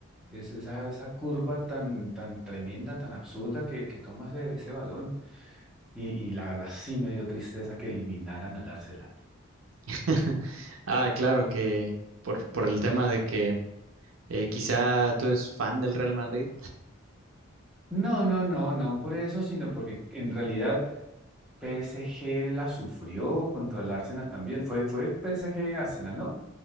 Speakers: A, in the centre; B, on the right.
A: es esa, esa curva tan, tan tremenda, tan absurda que, que toma ese, ese balón. Y, y la verdad sí me dio tristeza que eliminaran al Arsenal.
B: <laughs> Ah, claro que por, por el tema de que eh, quizá tú eres fan del Real Madrid.
A: No, no, no, no por eso, sino porque en realidad PSG la sufrió contra el Arsenal también. Fue, fue PSG-Arsenal, ¿no?